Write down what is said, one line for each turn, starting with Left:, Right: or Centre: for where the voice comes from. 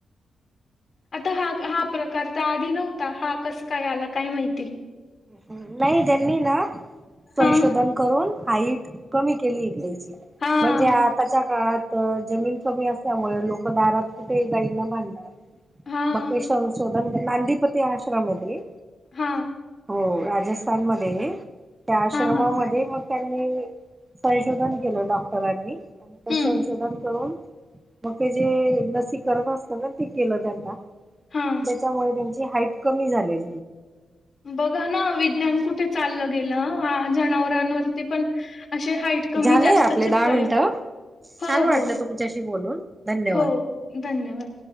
Left: आता हा हा प्रकार त आधी नव्हता, हा कस काय आला? काय माहिती?
Right: नाही त्यांनी ना? संशोधन
Left: हां
Right: करून हाईट कमी केली इथे.
Left: हां
Right: म्हणजे आताच्या काळात तर जमीन कमी असल्यामुळे लोक दारात कुठे गाईंना बांधणार?
Left: हां
Right: मग ते संशोधन नांदीपती आश्रम आहेे ते.
Left: हा.
Right: हो राजस्थानमध्ये त्या आश्रमामध्ये
Left: हां हां
Right: मग त्यांनी संशोधन केलं डॉक्टरांनी, मग
Left: हम्म
Right: संशोधन करून मग ते जे लसीकरण असत ना ते केलं त्यांना
Left: हां.
Right: त्याच्यामुळे त्यांची हाईट कमी झालेय.
Left: बघा ना विज्ञान कुठे चाललं, गेलं अ जनावरांवरती पण असे हाईट कमी
Right: झालंय
Left: जास्तचे
Right: आपले दहा
Left: प्रयोग
Right: मिनट,
Left: हो
Right: छान वाटलं
Left: हो
Right: तुमच्याशी बोलून धन्यवाद.
Left: हो धन्यवाद